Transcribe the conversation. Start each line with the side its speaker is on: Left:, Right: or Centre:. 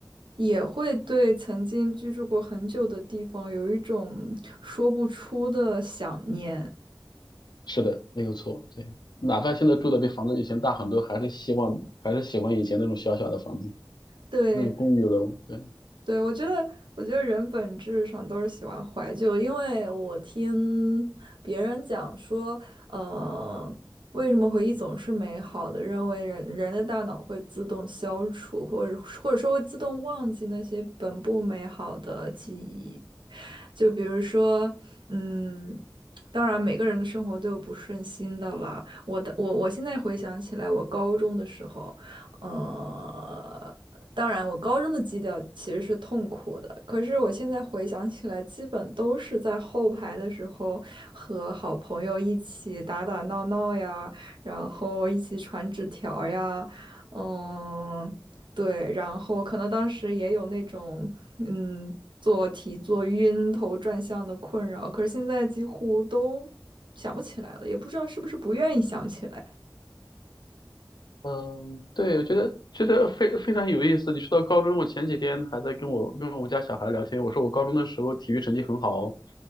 Right: 也会对曾经居住过很久的地方有一种说不出的想念。
Left: 是的，没有错。对，哪怕现在住的比房子以前大很多，还是希望还是喜欢以前那种小小的房子，
Right: 对，
Left: 那种公寓楼。对。
Right: 对，我觉得，我觉得人本质上都是喜欢怀旧，因为我听别人讲说，呃，为什么回忆总是美好的？认为人人的大脑会自动消除，或者或者说会自动忘记那些本不美好的记忆。就比如说，嗯，当然每个人的生活都有不顺心的了。我的，我我现在回想起来，我高中的时候。呃，当然，我高中的基调其实是痛苦的，可是我现在回想起来，基本都是在后排的时候和好朋友一起打打闹闹呀，然后一起传纸条呀，嗯，对，然后可能当时也有那种嗯做题做晕头转向的困扰，可是现在几乎都想不起来了，也不知道是不是不愿意想起来。
Left: 嗯，对，我觉得觉得非非常有意思。你说到高中，我前几天还在跟我跟我家小孩聊天，我说我高中的时候体育成绩很好，